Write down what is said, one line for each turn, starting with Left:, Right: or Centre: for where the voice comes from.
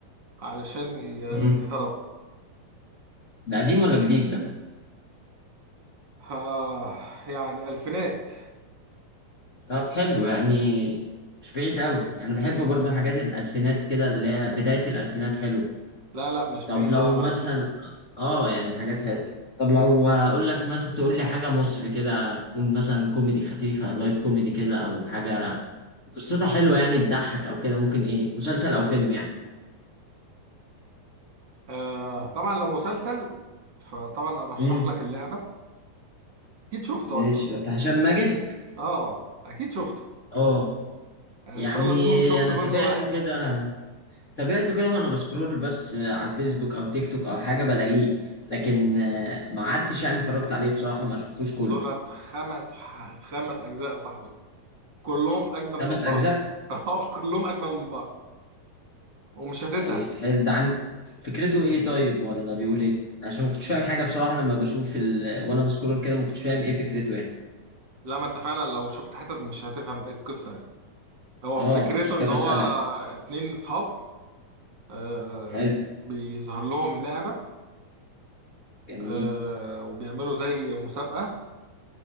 Right: علشان ي-
Left: مم.
Right: يهربوا
Left: ده قديم ولا جديد ده
Right: آه يعني ألفينات
Left: طب حلو يعني مش بعيد قوي انا بحب برضه حاجات الالفينات كده اللي هي بدايه الالفينات حلوه
Right: لا لا مش بعيد
Left: طب لو
Right: اه لا
Left: مثلا اه يعني حاجات حلوه طب لو اقول لك مثلا تقول لي حاجه مصري كده تكون مثلا كوميدي خفيفه لايت كوميدي كده او حاجه قصتها حلوه يعني تضحك او كده ممكن ايه مسلسل او فيلم يعني
Right: آه طبعا لو مسلسل فطبعا أرشح
Left: امم
Right: لك اللعبة أكيد شفته
Left: ماشي
Right: أصلا
Left: ده بتاع هشام ماجد
Right: اه أكيد شفته
Left: اه
Right: يعني
Left: يعني
Right: إن شاء الله تكون شفت
Left: انا
Right: جزء
Left: تابعته
Right: واحد
Left: كده تابعته كده وانا بسكرول بس على الفيسبوك او تيك توك او حاجه بلاقيه لكن آه، ما عدتش يعني اتفرجت عليه بصراحه ما شفتوش كله
Right: دولت خمس خمس أجزاء يا صاحبي كلهم أجمل
Left: خمس
Right: من بعض
Left: اجزاء
Right: <laughs> اه كلهم أجمل من بعض ومش هتزهق
Left: طيب حلو ده عن فكرته ايه طيب ولا بيقول ايه عشان ما كنتش فاهم حاجه بصراحه لما بشوف ال... وانا بسكرول كده ما كنتش فاهم ايه فكرته يعني
Right: لا ما أنت فعلا لو شفت حتت مش هتفهم إيه القصة يعني. هو
Left: اه
Right: فكرته
Left: مش كده
Right: إن هو
Left: بسألك
Right: اتنين صحاب آه
Left: حلو
Right: آه، بيظهر لهم لعبة
Left: جميل
Right: آه وبيعملوا زي مسابقة